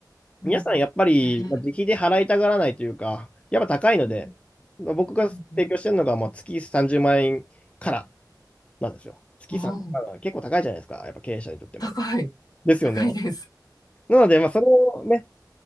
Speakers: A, on the left; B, on the left.
A: うん。
B: 皆さんやっぱりまあ自費で払いたがらないというか、
A: へえ。
B: やっぱ高いので、
A: うん
B: まあ僕が提供してるのがまあ月30万円から
A: うんうん。
B: なんですよ。月30円から結構高いじゃないですか、
A: あ
B: やっぱ経営者にとっても。
A: 高い。
B: ですよね。
A: 高いです。
B: なので、まあ、それをね、